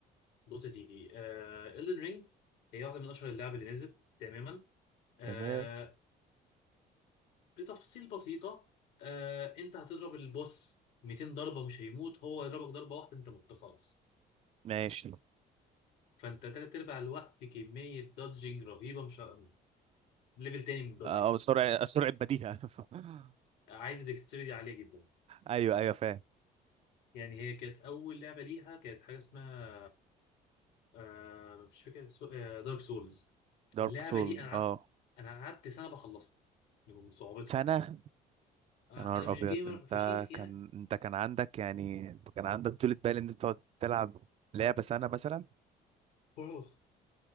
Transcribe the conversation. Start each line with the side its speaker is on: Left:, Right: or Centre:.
Left: بص يا سيدي آه إلدن رينجز هي واحدة من أشهر اللعب اللي نزلت تماما آه
Right: تمام
Left: بتفصيل بسيطة آه انت هتضرب البوس 200 ضربة مش هيموت هو يضربك ضربة واحدة انت مت خلاص
Right: ماشي
Left: فانت تلات ارباع الوقت كمية دادجنج رهيبة مش ه- ليفل تاني من الدادجنج
Right: او سرعة سرعة بديهة <laughs>
Left: عايز ديكستريتي عالية جدا
Right: ايوه ايوه فاهم
Left: يعني هي كانت أول لعبة ليها كانت حاجة اسمها آه مش فاكر سو... آه دارك سولز
Right: دارك
Left: اللعبة
Right: سولز
Left: دي أنا
Right: اه
Left: قعدت أنا قعدت سنة بخلصها من صعوبتها
Right: سنة
Left: آه
Right: يا نهار
Left: أنا مش
Right: ابيض
Left: جيمر
Right: انت
Left: فشيخ يعني
Right: كان انت كان عندك يعني انت كان عندك <laughs> طولة بال ان انت تقعد تلعب لعبة سنة مثلا
Left: برو